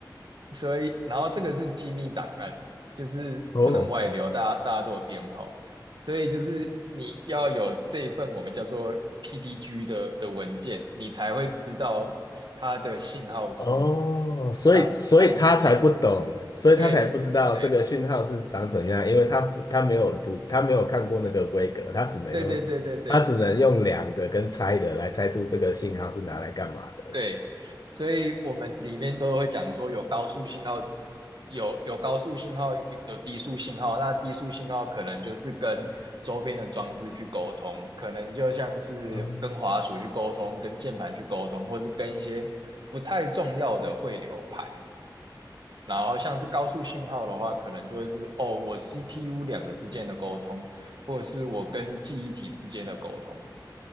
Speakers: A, on the right; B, on the left.
A: 所以然后这个是机密档案，就是不能外流，
B: 哦，
A: 大家大家都有编号，所以就是你要有这一份我们叫做 PDG 的的文件，你才会知道它的信号是
B: 哦，所以所以他才不懂，
A: 长长怎样，
B: 所以他才不知道这个讯号是长怎样，
A: 对。对，
B: 因为他不他没有读，他没有看过那个规格，他只能用他只能用量的跟猜的来猜出这个信号是拿来干嘛的。
A: 对对对对对对，所以我们里面都会讲说有高速信号，有有高速信号，有有低速信号。那低速信号可能就是跟周边的装置去沟通，可能就像是跟滑鼠去沟通，
B: 嗯，
A: 跟键盘去沟通，或是跟一些不太重要的汇流排。然后像是高速信号的话，可能就会是哦，我 CPU 两个之间的沟通，或者是我跟记忆体之间的沟通。